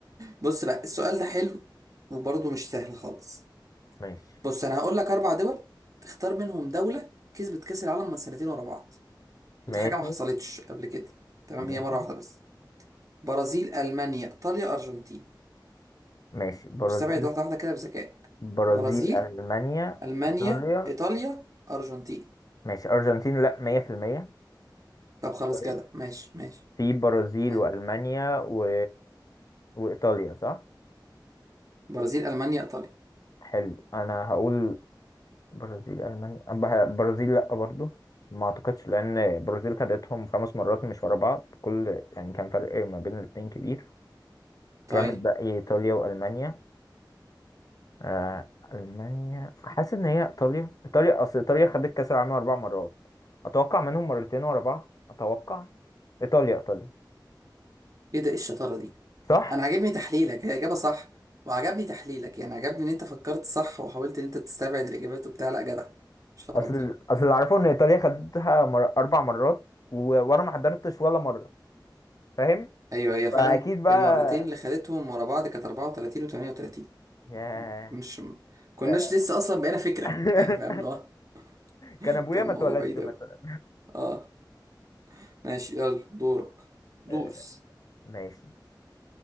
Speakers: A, on the right; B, on the left.
A: بص بقى السؤال ده حلو وبرضه مش سهل خالص
B: ماشي
A: بص انا هقول لك اربع دول تختار منهم دوله كسبت كاس العالم من سنتين ورا بعض
B: ماشي
A: ودي حاجة ما حصلتش قبل كده تمام
B: ماشي
A: هي مرة واحدة بس برازيل ألمانيا إيطاليا أرجنتين
B: ماشي برازيل
A: واستبعد واحدة واحدة كده بذكاء
B: برازيل
A: برازيل
B: ألمانيا
A: ألمانيا
B: إيطاليا
A: إيطاليا أرجنتين
B: ماشي أرجنتين لا 100%
A: طب خلاص
B: كويس
A: كده ماشي ماشي
B: في برازيل
A: آه.
B: وألمانيا و... وإيطاليا صح
A: برازيل ألمانيا إيطاليا
B: حلو أنا هقول برازيل ألمانيا أب- برازيل لا برضو ما أعتقدش لأن برازيل خدتهم خمس مرات مش ورا بعض كل يعني كان فرق ما بين الاتنين كبير
A: طيب
B: كام الباقي إيطاليا وألمانيا آه، ألمانيا حاسس إن هي إيطاليا إيطاليا أصل إيطاليا خدت كأس العالم أربع مرات أتوقع منهم مرتين ورا بعض أتوقع إيطاليا إيطاليا
A: إيه ده إيه الشطارة دي
B: صح؟
A: أنا عجبني تحليلك هي إجابة صح وعجبني تحليلك يعني عجبني إن أنت فكرت صح وحاولت إن أنت تستبعد الإجابات وبتاع لا جدع شاطر
B: أصل أصل اللي أعرفه إن إيطاليا خدتها مر... أربع مرات و... وأنا ما حضرتش ولا مرة فاهم؟
A: أيوه هي فعلا
B: فأكيد بقى
A: المرتين اللي خدتهم ورا بعض كانت 34 و 38
B: ياه
A: كناش كناش
B: ده
A: لسه اصلا بقينا فكره
B: <laughs>
A: يعني فاهم اللي هو <laughs>
B: كان أبويا
A: كان الموضوع
B: ما اتولدش
A: بعيد
B: مثلا
A: اوي اه ماشي يلا دورك دوس
B: آه، ماشي